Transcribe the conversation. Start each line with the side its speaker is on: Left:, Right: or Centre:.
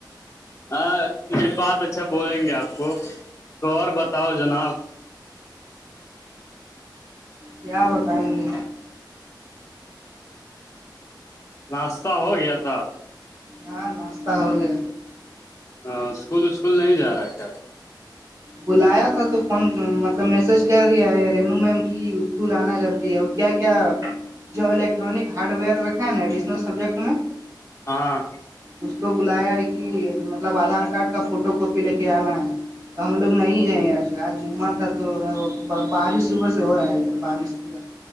Left: ہاں یہ بات اچھا بولیں گے آپ کو تو اور بتاؤ جناب
Right: کیا بتائیں گے
Left: ناشتہ ہو گیا تھا
Right: ہاں ناستاہ ہو گیا
Left: ہاں اسکول اسکول نہیں جا رہا ہے کیال
Right: بلایا تھا تو فون مطلب میسج کر دیا ہے رینو میم کی اسکول آنا ضروری ہے اور کیا کیا جو الیکٹرانک ہارڈ ویئر رکھا ہے ایڈیشنل سبجیکٹ میں
Left: ہاں
Right: اس کو بلایا ہے کہ مطلب آدھار کارڈ کا فوٹو کاپی لے کے آنا ہے تو ہم لوگ نہیں گئے ہیں آج آج جمعہ تھا تو بارش صبح سے ہو رہا ہے ادھر بارش تھی